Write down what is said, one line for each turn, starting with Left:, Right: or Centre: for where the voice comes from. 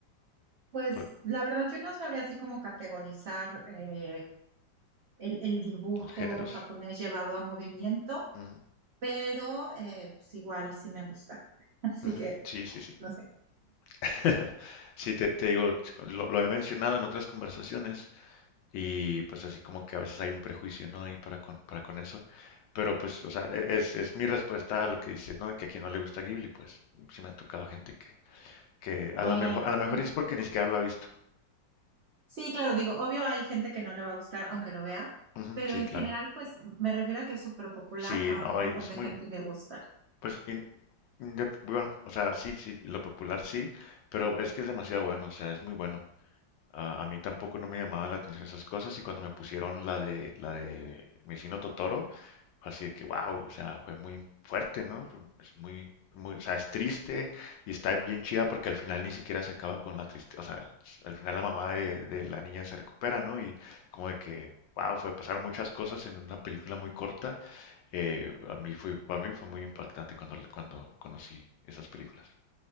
Right: Pues
Left: Por
Right: la verdad yo no sabría así como categorizar eh, el, el dibujo
Left: los géneros.
Right: japonés llevado al movimiento,
Left: Ujú,
Right: pero eh, pues igual sí me gusta. <laughs> Así
Left: ujú,
Right: que,
Left: Sí, sí, sí.
Right: no sé.
Left: <laughs> Sí, te, te digo, lo, lo he mencionado en otras conversaciones y pues así como que a veces hay un prejuicio, ¿no? Ahí para con, para con eso. Pero pues, o sea, e- es, es mi respuesta a lo que dices, ¿no? Que a quien no le gusta Ghibli, pues sí me han tocado gente que, que a
Right: Bueno,
Left: lo mejor, a lo mejor
Right: sí,
Left: es porque ni siquiera lo ha visto.
Right: Sí, claro, digo, obvio hay gente que no le va a gustar aunque lo vea,
Left: Ujú,
Right: pero
Left: sí,
Right: en
Left: claro.
Right: general, pues me refiero a que es súper popular,
Left: Sí,
Right: a
Left: no,
Right: un montón
Left: y es
Right: de
Left: muy,
Right: gente
Left: bu-
Right: le gusta.
Left: pues, in- indep- bueno, o sea, sí, sí, lo popular sí, pero es que es demasiado bueno, o sea, es muy bueno. Ah, a mí tampoco no me llamaban la atención esas cosas y cuando me pusieron la de la de mi vecino Totoro, fue así de que wow, o sea, fue muy fuerte, ¿no? Es muy, muy, o sea, es triste y está bien chida porque al final ni siquiera se acaba con la tristeza, o sea, al final la mamá de, de la niña se recupera, ¿no? Y como de que wow, fue pasar muchas cosas en una película muy corta. Eh, a mí fue, para mí fue muy impactante cuando cuando conocí esas películas.